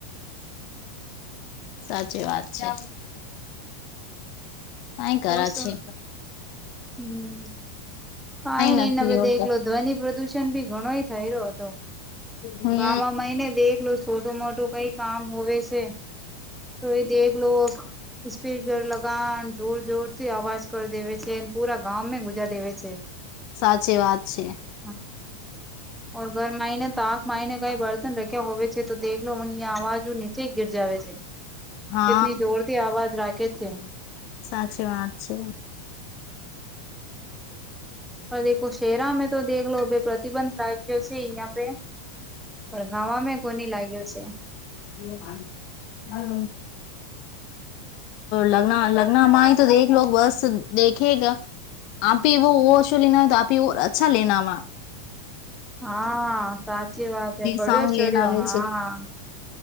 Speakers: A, on the left (about 50°); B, in the centre.
A: સાચી વાત છે. કઈ કરે
B: ઓ સુણ
A: છે.
B: હમ કઈ નઈને
A: નથી એવું
B: દેખલો
A: તો
B: ધ્વનિ પ્રદુષણ ભી ઘણોય થય રહ્યો હતો.
A: હમ
B: ગામાંય ને દેખ લો છોટો મોટું કઈ કામ હોવે છે. રઈ દલો સ્પીકર લગણ જોર જોરથી અવાજ કર દેવે છે પુરા ગાંં ગુજા દેવે છે.
A: સાચી વાત છે.
B: હા
A: <inaudible>
B: ઓર ઘર માઈને તો આંખ માને કઈ બર્તન રખ્યા હોય છે તો દેખલો મનેં આવાજ નીચે ગિર જાવ છે
A: હા
B: એટની જોર થી અવાજ રાખે છે.
A: સાચી વાત છે.
B: અખ શેરામે તો દેખલો લો ભ પ્રતિબંધ લાગ્યો છે અહિયાં પે પણ ગામે કોની લાગ્યો છે.
A: એ વા હ લગ્ના લગ્ન હમાંાઈ તો દેખ લો બસ દેખેગા આપે વ ઓ શો લેના હોય તો આપે અચ્છા લેના હો
B: હા સાચી વાત હ બડ્યો
A: સાઉન્ડ
B: ચઢ્યો
A: લેને આવે
B: હા
A: છે